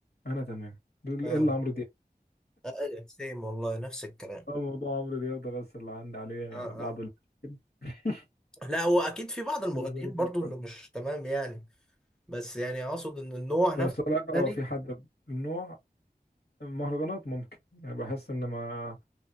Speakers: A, on the left (about 80°); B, in the centre.
A: انا تمام دول
B: اه
A: الا عمرو دياب
B: ايوه سيم والله نفس الكلام
A: اه موضوع عمرو دياب ده بس اللي عندي عليه
B: اه
A: بعض
B: اه
A: المشاكل <laughs>
B: لا هو اكيد في بعض المغنيين
A: أنا ذلك
B: برضو
A: زي الفل.
B: اللي مش تمام يعني بس يعني اقصد ان النوع
A: بس
B: نفسه
A: لا
B: تاني
A: اه في حد من نوع المهرجانات ممكن يعني بحس ان ما